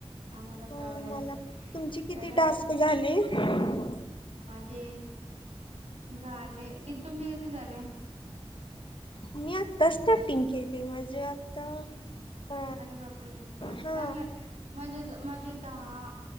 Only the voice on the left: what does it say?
अ
मला
तुमची
किती टास्क झाले <unintelligible>
मी आता स्टार्टिंग केली म्हणजे आता अ
हा